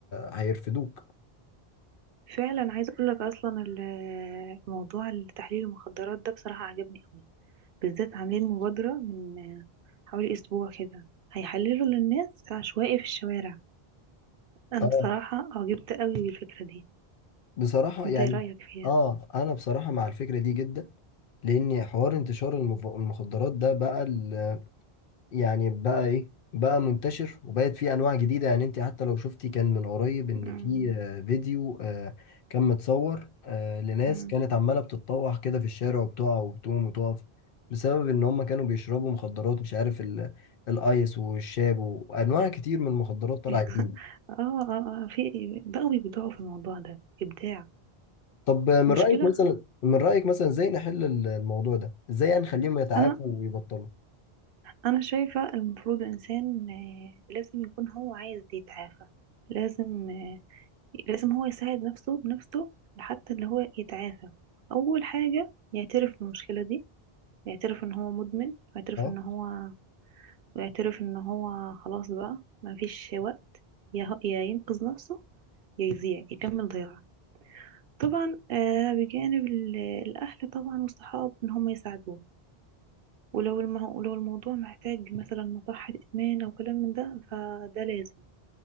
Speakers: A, on the left; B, on the right.
A: هيرفدوك
B: فعلا عايز اقول لك اصلا ال- آه، موضوع تحليل المخدرات ده بصراحة عجبني قوي بالذات عاملين مبادرة من حوالي اسبوع كده هيحللوا للناس عشوائي في الشوارع انا
A: اه
B: بصراحة اعجبت قوي بالفكرة دي
A: بصراحة
B: انت
A: يعني
B: ايه رأيك فيها
A: اه انا بصراحة مع الفكرة دي جدا لان حوار انتشار المف- المخدرات ده بقى ال- يعني بقى ايه بقى منتشر وبقت فيه انواع جديده يعني انت حتى لو شفتي كان من قريب ان
B: امم
A: في آه، فيديو آه، كان متصور آه، لناس
B: امم
A: كانت عماله بتتطوح كده في الشارع وبتقع وبتقوم وتقف بسبب ان هم كانوا بيشربوا مخدرات مش عارف ال- الايس والشاب وانواع كتير من المخدرات طالعه
B: <laughs>
A: جديد
B: اه اه آه، في بقوا بيبدعوا في الموضوع ده ابداع
A: طب آه، من
B: مشكلة
A: رايك مثلا من رايك مثلا ازاي نحل ال- الموضوع ده ازاي يعني نخليهم يتعافوا
B: انا
A: ويبطلوا
B: انا شايفة المفروض الانسان آه، لازم يكون هو عايز يتعافى لازم آه، لازم هو يساعد نفسه بنفسه لحتى اللي هو يتعافى اول حاجة يعترف بالمشكلة دي يعترف ان هو مدمن ويعترف
A: اه
B: ان هو ويعترف ان هو خلاص بقى ما فيش وقت يا هو- يا ينقذ نفسه يا يضيع يكمل ضياع طبعا آه، بجانب ال- الاهل طبعا والصحاب ان هم يساعدوه ولو المه... ولو الموضوع محتاج مثلا مصحة إدمان أو كلام من ده فده لازم